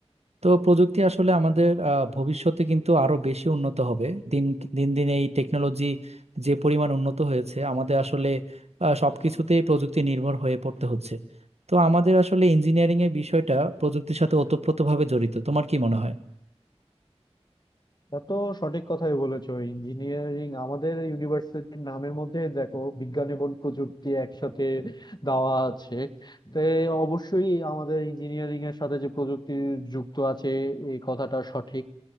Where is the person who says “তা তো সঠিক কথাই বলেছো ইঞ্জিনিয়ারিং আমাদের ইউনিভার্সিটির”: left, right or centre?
Left